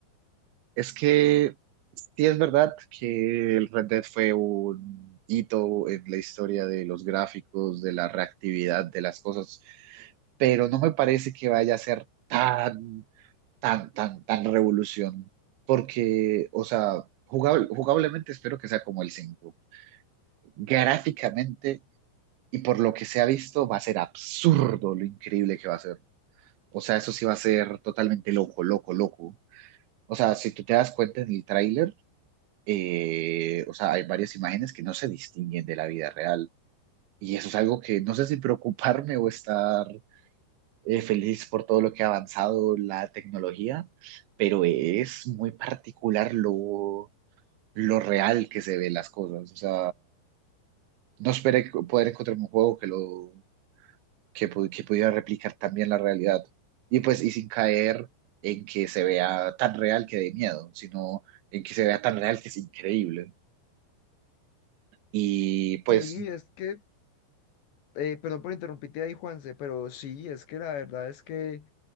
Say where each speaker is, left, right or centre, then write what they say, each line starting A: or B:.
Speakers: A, on the right; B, on the left.
A: Es que sí es verdad que el Red Dead fue un hito en la historia de los gráficos, de la reactividad de las cosas, pero no me parece que vaya a ser tan, tan, tan, tan revolución, porque, o sea, jugable- jugablemente espero que sea como el 5 gráficamente y por lo que se ha visto va a ser absurdo lo increíble que va a ser. O sea, eso sí va a ser totalmente loco, loco, loco. O sea, si tú te das cuenta en el tráiler, eh, o sea, hay varias imágenes que no se distinguen de la vida real. Y eso es algo que no sé si preocuparme o estar eh, feliz por todo lo que ha avanzado la tecnología, pero es muy particular lo, lo real que se ve las cosas. O sea, no esperé poder encontrar un juego que lo que, pu- que pudiera replicar también la realidad. Y pues, y sin caer en que se vea tan real que dé miedo, sino en que se vea tan real que es increíble. Y pues,
B: Sí, es que, eh, perdón por interrumpirte ahí, Juanse, pero sí, es que la verdad es que